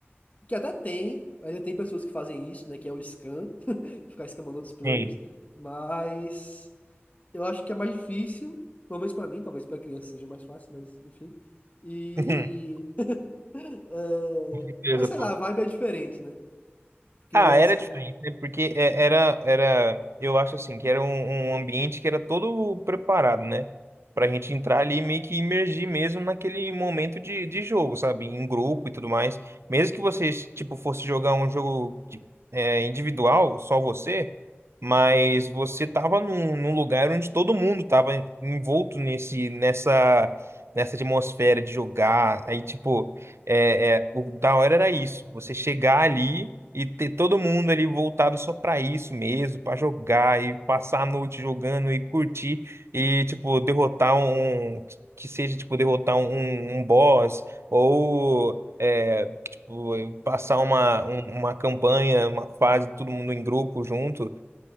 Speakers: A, on the left; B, on the right.
A: Que até tem, ainda tem pessoas que fazem isso, né? Que é o scan, <laughs> ficar scamando outros players.
B: Sim.
A: Mas eu acho que é mais difícil, pelo menos pra mim, talvez pra criança seja mais fácil, mas enfim. E.
B: <laughs>
A: É...
B: Com certeza,
A: ah, Sei
B: pô.
A: lá, a vibe é diferente, né? Porque
B: Ah,
A: as.
B: era diferente, né? Porque é- era, era, eu acho assim, que era um, um ambiente que era todo preparado, né? Pra gente entrar ali e meio que imergir mesmo naquele momento de, de jogo, sabe? Em grupo e tudo mais. Mesmo que vocês, tipo, fosse jogar um jogo de- é, individual, só você, mas você tava num, num lugar onde todo mundo tava envolto nesse, nessa, nessa atmosfera de jogar. Aí, tipo, é, é, o da hora era isso, você chegar ali. E ter todo mundo ali voltado só pra isso mesmo, pra jogar e passar a noite jogando e curtir e, tipo, derrotar um. Que seja, tipo, derrotar um, um boss ou é, tipo, passar uma, um- uma campanha, uma fase, todo mundo em grupo junto.